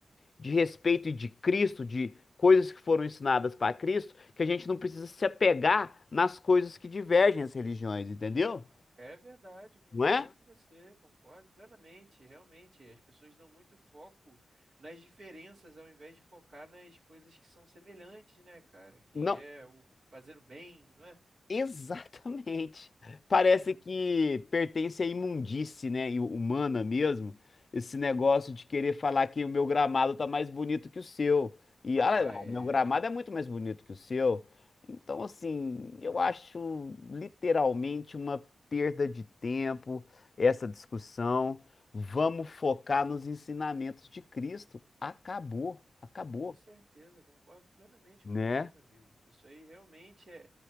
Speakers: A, on the left; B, on the right.
A: de respeito e de Cristo, de coisas que foram ensinadas para Cristo, que a gente não precisa se apegar nas coisas que divergem as religiões, entendeu?
B: É verdade, concordo
A: Não é?
B: com você, concordo plenamente. Realmente, as pessoas dão muito foco nas diferenças ao invés de focar nas coisas que são semelhantes, né, cara? Que
A: Não.
B: é o fazer o bem, não é?
A: Exatamente. Parece
B: É.
A: que pertence à imundície, né, e humana mesmo, esse negócio de querer falar que o meu gramado tá mais bonito que o seu. E
B: Ah,
A: olha lá,
B: é.
A: meu gramado é muito mais bonito que o seu. Então, assim, eu acho literalmente uma perda de tempo essa discussão. Vamos focar nos ensinamentos de Cristo. Acabou, acabou,
B: Com certeza, concordo plenamente
A: né?
B: com você, meu amigo. Isso aí realmente é,